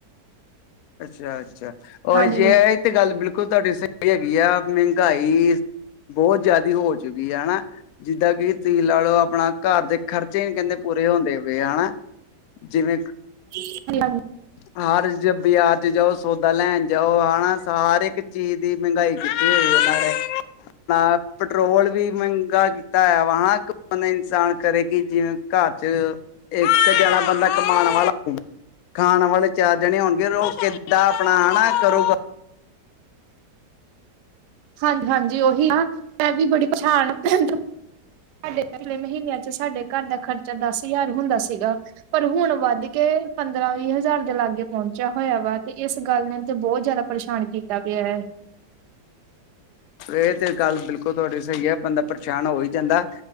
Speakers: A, on the left; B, on the right.
A: ਅੱਛਾ, ਅੱਛਾ, ਓਰ
B: ਹਾਂਜੀ
A: ਯੇ ਤੇ ਗੱਲ ਬਿਲਕੁਲ ਤੁਹਾਡੀ ਸਹੀ ਹੈਗੀ ਆ, ਮਹਿੰਗਾਈ ਬੋਤ ਜਿਆਦੀ ਹੋ ਚੁੱਕੀ ਆ ਹਨਾ, ਜਿੱਦਾਂ ਕਿ ਤੁਹੀ ਲਾ ਲਓ, ਆਪਣਾ ਘਰ ਦੇ ਖਰਚੇ ਨੀ ਕਹਿੰਦੇ ਪੂਰੇ ਹੁੰਦੇ ਪਏ ਹਣਾ, ਜਿਵੇਂ
B: <unintelligible>
A: ਹਾਰ ਜ ਬਜ਼ਾਰ'ਚ ਜਾਓ, ਸੌਦਾ ਲੈਣ ਜਾਓ ਹਾਣਾ, ਹਰ ਇੱਕ ਚੀਜ਼ ਦੀ ਮਹਿੰਗਾਈ ਕੀਤੀ ਹੋਈ ਉਹਨਾਂ ਨੇ। ਅਪਨਾ ਪਟਰੋਲ ਵੀ ਮਹਿੰਗਾ ਕੀਤਾ ਹੋਇਆ ਵਾ, ਹਾਂ ਇਨਸਾਨ ਕਰੇ ਕਿ ਜਿਵੇਂ ਘਰ'ਚ, ਇੱਕ ਜਣਾ ਬੰਦਾ ਕਮਾਣ ਵਾਲਾ ਹੁੰਦਾ ਖਾਣ ਵਾਲੇ ਚਾਰ ਜਣੇ ਹੋਣਗੇ, ਉਹ ਕਿੱਦਾਂ ਆਪਣਾ ਹਣਾ ਕਰੂਗਾ।
B: ਹਾਂਜੀ, ਹਾਂਜੀ ਉਹੀ ਨਾ, ''ਮੈਂ ਵੀ ਬੜੀ ਪਰਸ਼ਾਨ ਆਂ ਸਾਡੇ ਪਿਛਲੇ ਮਹੀਨਿਆਂ'ਚ ਸਾਡੇ ਘਰ ਦਾ ਖਰਚਾ ਦੱਸ ਹਜ਼ਾਰ ਹੁੰਦਾ ਸੀਗਾ। ਪਰ ਹੁਣ ਵੱਧਕੇ, ਪੰਦਰਾਂ-ਵੀਹ ਹਜ਼ਾਰ ਦੇ ਲਾਗੇ ਪਹੁੰਚਿਆ ਹੋਇਆ ਵਾ, ਤੇ ਇਸ ਗੱਲ ਨੇ ਤੇ ਬਹੁਤ ਜ਼ਿਆਦਾ ਪਰੇਸ਼ਾਨ ਕੀਤਾ ਪਿਆ ਏ।
A: ਇਹ ਤੇ ਗੱਲ ਬਿਲਕੁਲ ਤੁਹਾਡੀ ਸਹੀ ਹੈ, ਬੰਦਾ ਪਰੇਸ਼ਾਨ ਹੋ ਹੀ ਜਾਂਦਾ।